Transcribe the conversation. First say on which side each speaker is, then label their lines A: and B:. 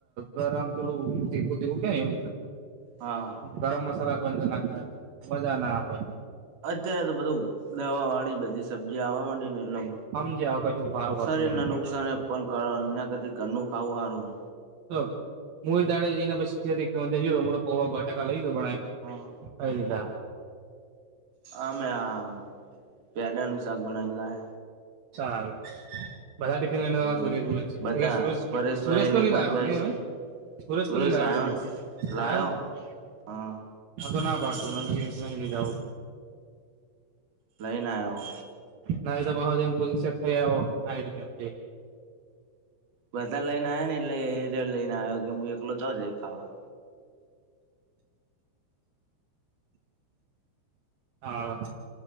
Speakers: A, on the right; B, on the right.
A: ગરમ પેલું ચીખું ઉગેને એવમ
B: હા
A: ગરમ મસાલા કોઈ નાખ મજા ના પલા
B: અત્યારે તો બધું દવા વાળી બધી સબ્જી આવવા માંડી ને એટલે
A: સમજ્યા કશું હારું હોતું
B: શરીર
A: નહીં
B: ના નુકસાન એ પણ કર એના કર ઘરનું ખાવું સારું
A: બબ મુ એ દાડે જઈને પછી ફેર એક જોયો પૌ બટાકા લઈ ગયો ભને
B: હા
A: પલા
B: આ મે આમ પ્યાડા નું શાક બનાવેલા
A: ચાલ બધા ટિફિન લઈને
B: લાયા.
A: સુરેશ સુરે
B: બધા
A: સુરે
B: પરેશભાઈ
A: સુરેશ તો
B: નિગમતભાઈ
A: નહી લાવ્યો ને હવે પૂરસ્
B: સુરેશ
A: નહી લાવો
B: લાયો
A: થો
B: ને લાયો હા
A: હા તો ના પાડતોું કેતના લ જઓ
B: લઈને આવ્યો
A: ના તો બ પુલી શ આવોઈમ
B: બધા લઈને આવ્યા ને એટલે એ ર લઈને આવ્યો કે હું એકલો ચ દ ખાવા
A: હા